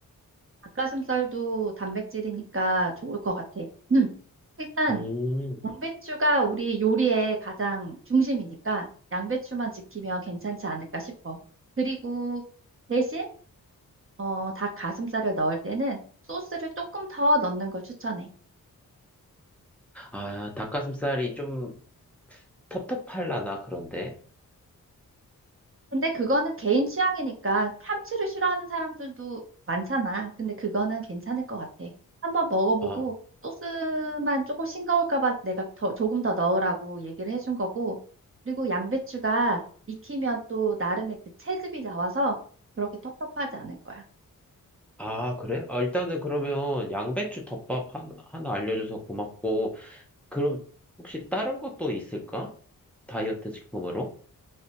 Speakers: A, on the right; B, in the centre.
A: 닭가슴살도 단백질이니까 좋을 것 같아. 음, 일단
B: 음,
A: 양배추가 우리 요리의 가장 중심이니까 양배추만 지키면 괜찮지 않을까 싶어. 그리고 대신 어, 닭가슴살을 넣을 때는 소스를 조금 더 넣는 걸 추천해.
B: 아, 닭가슴살이 좀 텁텁할라나, 그런데.
A: 근데 그거는 개인 취향이니까 참치를 싫어하는 사람들도 많잖아. 근데 그거는 괜찮을 것 같아. 한번 먹어보고
B: 아,
A: 소스만 조금 싱거울까 봐 내가 더, 조금 더 넣으라고 얘기를 해준 거고. 그리고 양배추가 익히면 또 나름의 그 채즙이 나와서 그렇게 텁텁하지 않을 거야.
B: 아, 그래? 아, 일단은 그러면 양배추 덮밥 하나, 하나 알려줘서 고맙고, 그럼 혹시 다른 것도 있을까? 다이어트 식품으로?